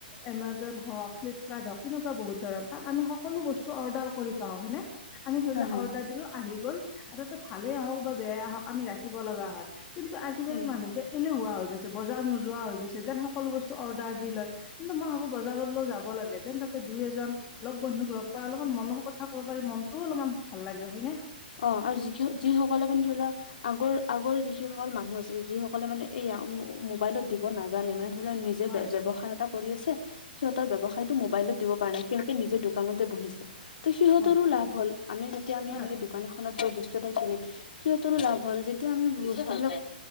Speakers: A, on the left; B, on the left.
A: এমাজন হওক, ফ্লিপকাৰ্ট হওক, এনেকুৱা বহুত ধৰণৰ তাত আমি সকলো বস্তু অৰ্ডাৰ কৰি পাওঁ হয়নে আমি ধৰি
B: হা
A: লোৱা
B: হা
A: অৰ্ডাৰ দিলোঁ আহি গ'ল আ তাতে ভালেই আহক বা বেয়াই আহক আমি ৰাখিব লগা হয়। কিন্তু আজিকালি
B: উম।
A: মানুহকে এলেহুৱা হৈ গৈছে, বজাৰ নোযোৱা হৈ গৈছে যেন সকলো বস্তু অৰ্ডাৰ দি লয়, কিন্তু মই ভাবোঁ বজাৰলৈও যাব লাগে, তেন তাতে দুই এজন লগ বন্ধুক লগ পায় অলপমান মনৰ কথা ক'ব পাৰি, মনটোও অলপমান ভাল লাগে হয় নে
B: অ' আৰু যি যিসকলে মানে ধৰি লও আগৰ-আগৰ যিসকল মানুহ আছিল, যিসকল মানে এইয়া মোবাইলত দিব নাজানে মানে ধৰি লোৱা নিজে
A: হয়
B: ব্যৱসায় এটা কৰি আছে, সিহঁতৰ ব্যৱসায়টো মোবাইলত দিব পৰা নাই, সিহঁতে নিজে দোকানতে বহিছে ত সিহঁতৰো
A: হয়
B: লাভ হ'ল। আমি যেতিয়া আমি
A: হয়
B: সেনেকে দোকান এখনত গৈ বস্তু এটা কিনিম, সিহঁতৰো লাভ হ'ল। যেতিয়া আমি বস্তুবিলাক